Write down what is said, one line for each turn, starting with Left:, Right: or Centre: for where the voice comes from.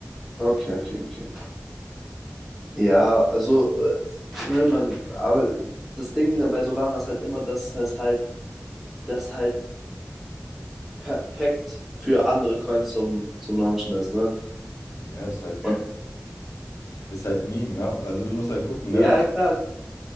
Centre: Okay, okay, okay. Ja, also, äh, ne, man, aber das Ding bei Solana ist halt immer, dass es halt das halt perfekt für andere Coins zum, zum Launchen ist, ne?
Left: Ja, ist halt,
Centre: Und
Left: ist halt ein Meme, ne? Also du musst halt gucken, ne?
Centre: ja, klar,